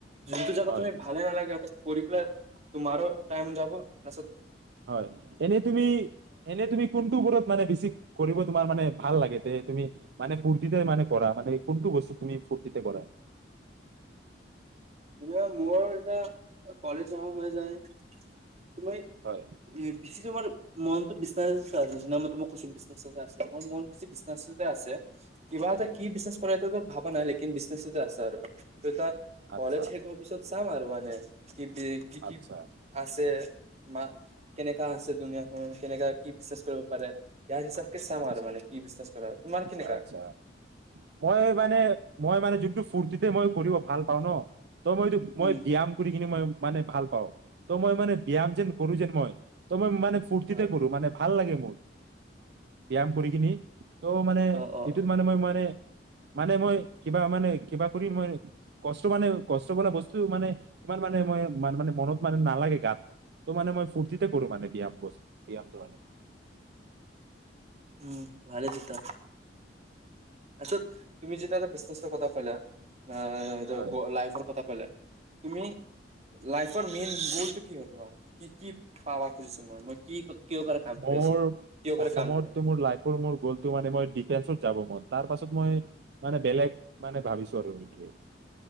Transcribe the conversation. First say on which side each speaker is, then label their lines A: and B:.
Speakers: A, on the right; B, on the right.
A: কিন্তু যাব
B: হয়
A: তুমি ভাল ন লাগে কৰি পেলাই তোমাৰো টাইম যাব ন
B: হয় এনে তুমি এনে তুমি কোনটোবোৰত মানে বেছি কৰিব তোমাৰ মানে ভাল লাগে তে তুমি মানে ফূুৰ্তিতে মানে কৰা মানে কোনটো বস্তু তুমি ফুৰ্তিতে কৰা
A: মোৰ এতিয়া কলেজ অহা‌ হৈ যায় তমই
B: হয়
A: বিশেছি যমাৰ মন বি আছে মই তোমাক কৈছো বিনে আছে মোৰ মন বেি বি আছে কিবা এটা কি বিনে কৰে এ ভাবা নাই লেক বিনেছতে আছে আৰু এ
B: আচ্ছা,
A: কলেজ শেষ হোৱাৰ পিছত চাম আৰু মানে <unintelligible> কি কি কি
B: আচ্ছা,
A: আছে মা কেনেকা আছে দুুনীয়াখন কেনেকা কি বিচনেছ কৰিব পাৰে ইয়াৰ হিচাপকে চাম
B: আা
A: আৰু মানে কি বিজনেছ কৰা তোমাৰ
B: আচছা
A: কেনেকা
B: আচছা মই মানে মই মানে য <unintelligible> মই কৰিব ভাল পাওঁ ন তই মই মই
A: উম
B: ব্যায়াম কৰি কিনি মই মানে ভাল পাওঁ ত মই মানে ব্যায়াম যেন কৰো যেন মই ত মই মানে ফূৰ্তিতে
A: অ
B: কৰো মানে ভাল লাগে মোৰ। ব্যায়াম কৰিকিনি ত' মানে
A: অ অ অ
B: এইটোত মানে মই মানে মানে মই কিবা মানে কিবা কৰিম মই কষ্ট মানে কষ্ট ব বস্তু মানে ইমান মানে মই মানে মনত মানে নালাগে গাত ত মানে মই ফূৰ্তিতে কৰো মানে ব্যায়াম বস্ত এই ব্যামটো
A: উম ভালে টুতা আছত তুমি যেটো এটা বিশ্বাসৰ কথা কৈলা অ
B: হয়।
A: লাইফৰ কথা কৈলা। তুমি লাইফৰ মেইন গলটো কি হয় তোমাৰ কি কি পাব খুজিছো ম, ই মই কি? কিয় কাৰণে কাম
B: মোৰ
A: কৰি আছো? কিয় কাৰণে
B: প্ৰথমত
A: কাম কৰিম?
B: টো মোৰ লাইফ ৰ মানে গল টো মই ডিফেনচ ত যাব মন। তাৰ পাছত মই মানে বেলেগ মানে ভাবিছো আৰু সটোৱে।